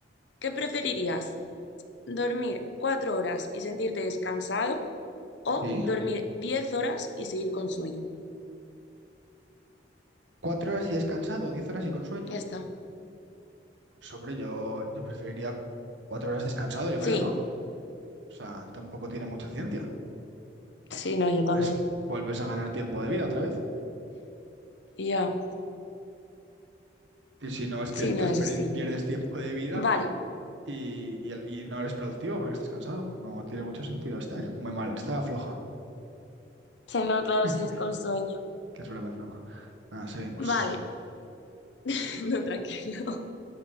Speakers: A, on the left; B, on the right.
A: ¿Qué preferirías? ¿Dormir cuatro horas y sentirte descansado o
B: Sí,
A: dormir diez horas y seguir con sueño?
B: cuatro horas y descansado, diez horas y con sueño.
A: Ya está.
B: Sobre yo, yo preferiría cuatro horas descansado, yo
A: Sí,
B: creo, ¿no? O sea, tampoco tiene mucha ciencia.
A: sí, no, yo también.
B: es que vuelves a ganar tiempo de vida otra vez.
A: Y ya,
B: Y si no, es
A: sí,
B: que estás
A: no, eso
B: per-
A: sí.
B: pierdes tiempo de vida
A: Vale.
B: y, y el- y no eres productivo porque estás cansado. No tiene mucho sentido esta, ¿eh? Muy mal, está floja.
A: Sí, no, claro,
B: <laughs>
A: sí es con sueño.
B: Que es broma, es broma. Nada, seguimos.
A: Vale, <laughs> no, tranquilo.